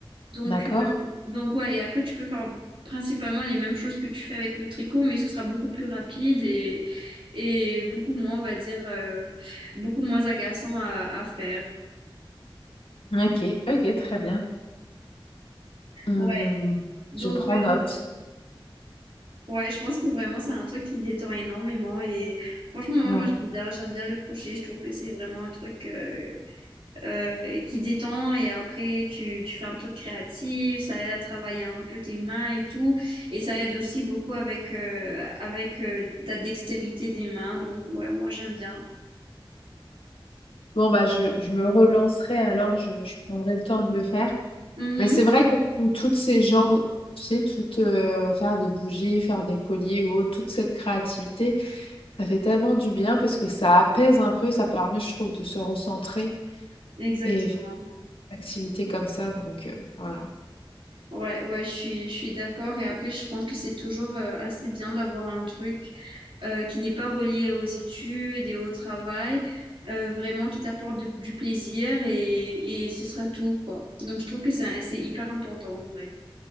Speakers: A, on the right; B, on the left.
A: Donc,
B: d'accord.
A: euh, donc ouais, et après tu peux faire principalement les mêmes choses que tu fais avec le tricot, mais ce sera beaucoup plus rapide et, et beaucoup moins, on va dire, euh, beaucoup moins agaçant à, à faire.
B: Ok, ok, très bien. Hum,
A: Ouais, donc
B: je prends
A: ouais,
B: note.
A: ouais, je pense que vraiment c'est un truc qui détend énormément et franchement, moi,
B: Ouais.
A: moi, j'aime bien, j'aime bien le crochet, je trouve que c'est vraiment un truc euh, euh, qui détend et après tu, tu fais un truc créatif, ça aide à travailler un peu tes mains et tout et ça aide aussi beaucoup avec euh, avec euh, ta dextérité des mains donc ouais moi j'aime bien.
B: Bon, bah, je, je me relancerai alors, je, je prendrai le temps de le faire.
A: Mhm.
B: Mais c'est vrai que tout- toutes ces genres, tu sais, tout, euh, faire des bougies, faire des colliers ou autre, toute cette créativité, ça fait tellement du bien parce que ça apaise un peu, ça permet, je trouve, de se recentrer
A: Exactement.
B: et faire des activités comme ça. Donc, euh, voilà.
A: Ouais, ouais, je suis, je suis d'accord. Et après, je pense que c'est toujours euh, assez bien d'avoir un truc euh, qui n'est pas relié aux études et au travail, euh, vraiment qui t'apporte de- du plaisir et, et ce sera tout, quoi. Donc, je trouve que ça- c'est hyper important en vrai.